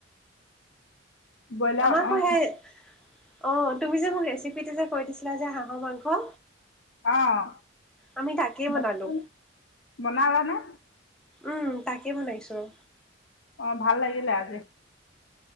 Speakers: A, on the left; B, in the centre.
A: ব'লা
B: আমাৰ আকৌ
A: অ
B: সেই অ তুমি যে মোক ৰেচিপিতে যে কৈ দিছিলা যে হাঁহৰ মাংস
A: অঁ
B: আমি তাকেই
A: বন
B: বনালো।
A: বনাানে
B: উম তাকে বনাইছো ৰ
A: অ ভাল লাগিলে আজি